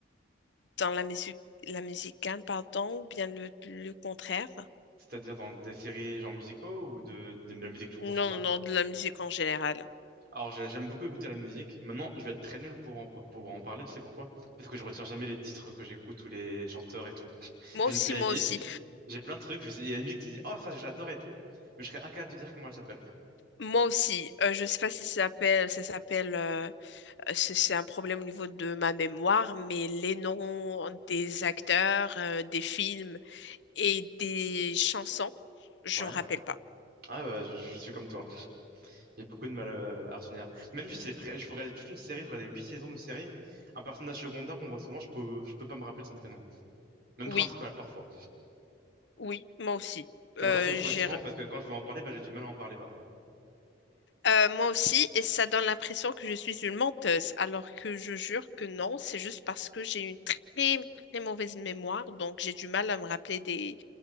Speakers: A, on the left (about 65°); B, on the right (about 50°).
A: dans la musique, la musicale, pardon, ou bien le, le contraire?
B: C'est-à-dire dans des séries genre musicaux ou de, de la musique tout court, tu
A: Non,
B: parles?
A: non, de la musique en général.
B: Alors, j'ai- j'aime beaucoup écouter la musique. Maintenant, je vais être très nul pour en- pour pouvoir en parler, tu sais pourquoi? Parce que je retiens jamais les titres que j'écoute ou les chanteurs et tout.
A: Moi
B: J'ai
A: aussi,
B: une playlist,
A: moi aussi,
B: j'ai plein de trucs, je sais, il y a une musique qui dit «Oh, ça, j'adore et tout», mais je serais incapable de dire comment elle s'appelle.
A: moi aussi. Euh, je sais pas si ça s'appelle, ça s'appelle, euh, c'est c'est un problème au niveau de ma mémoire, mais les noms des acteurs, euh, des films et des chansons, je
B: Ouais.
A: me rappelle pas.
B: Ah, bah, je, je suis comme toi. J'ai beaucoup de mal euh, à retenir. Même juste, les pré- je peux regarder toute une série, je regarder huit saisons d'une série. Un personnage secondaire qu'on voit souvent, je peux, je peux pas me rappeler de son prénom. hein. Même
A: Oui,
B: principal, parfois.
A: oui, moi aussi.
B: Et
A: Euh,
B: parfois, c'est frustrant
A: j'ai
B: parce que quand je veux en parler, bah, j'ai du mal à en parler, parfois.
A: Euh, moi aussi, et ça donne l'impression que je suis une menteuse, alors que je jure que non, c'est juste parce que j'ai une très, très mauvaise mémoire, donc j'ai du mal à me rappeler des,